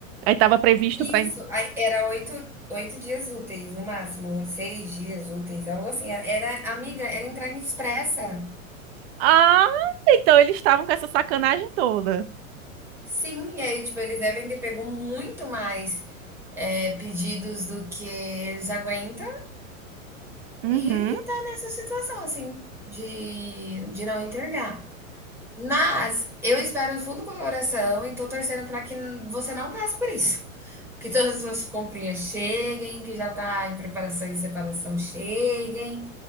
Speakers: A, on the right; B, in the centre.
A: Aí tava previsto pra.
B: Isso, aí era oito, oito dias úteis, no máximo, seis dias úteis, algo assim. Era, era- amiga, era entrega expressa.
A: Ah, então eles estavam com essa sacanagem toda.
B: Sim, e aí, tipo, eles devem ter pego muito mais é, pedidos do que eles aguentam
A: Uhum.
B: e tá nessa situação, assim, de, de não entregar. Mas eu espero do fundo do coração e tô torcendo para que você não passe por isso. Que todas as suas comprinhas cheguem, que já tá em preparação e separação cheguem,